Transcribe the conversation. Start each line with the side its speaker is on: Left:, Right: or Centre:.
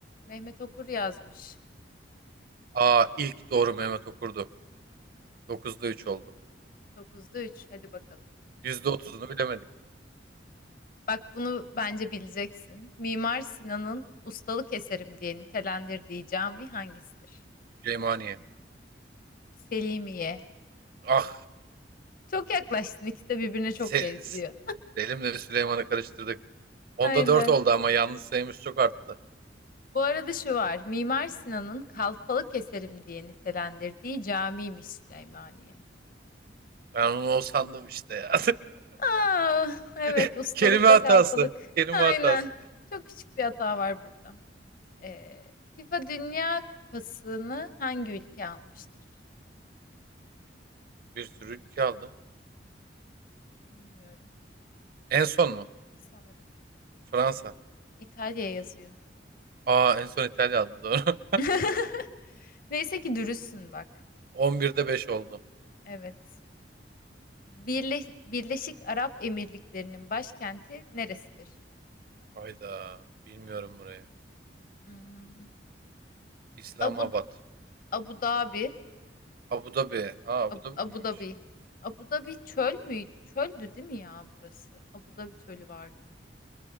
Left: Mehmet Okur yazmış.
Right: Aa ilk doğru Mehmet Okur'du. Dokuzda 3 oldu.
Left: Dokuzda üç. Hadi bakalım.
Right: Yüzde otuzunu bilemedik.
Left: Bak bunu bence bileceksin. Mimar Sinan'ın ustalık eserim diye nitelendirdiği cami hangisidir?
Right: Süleymaniye.
Left: Selimiye.
Right: Ah
Left: Çok yaklaştın. İkisi de birbirine çok
Right: se-
Left: benziyor.
Right: s- Selim'le Süleyman'ı karıştırdık. Onda
Left: Aynen.
Right: 4 oldu ama yanlış sayımız çok arttı.
Left: Bu arada şu var. Mimar Sinan'ın Kalfalık eserim diye nitelendirdiği camiymiş Süleymaniye.
Right: Ben onu o sandım işte ya.
Left: Aa, evet
Right: <laughs>
Left: ustalıkla
Right: Kelime hatası.
Left: kalfalık.
Right: Kelime
Left: Aynen.
Right: hatası.
Left: Çok küçük bir hata var burada. Ee, FIFA Dünya Kupası'nı hangi ülke almıştır?
Right: Bir sürü ülke aldı.
Left: Bilmiyorum.
Right: En son mu?
Left: Sanırım.
Right: Fransa.
Left: İtalya yazıyor.
Right: Aa en son İtalya aldı doğru.
Left: <laughs> Neyse ki dürüstsün bak.
Right: <laughs> On birde beş oldu.
Left: Evet. Birle Birleşik Arap Emirlikleri'nin başkenti neresidir?
Right: Hayda. Bilmiyorum buraya.
Left: Hmm.
Right: İslamabad.
Left: Abu Abu Dhabi.
Right: Abu Dhabi. Aa Abu
Left: Abu,
Right: Dhabi
Left: Abu
Right: miymiş?
Left: Dhabi. Abu Dhabi çöl mü? Çöldü değil mi ya burası? Abu Dhabi çölü vardı.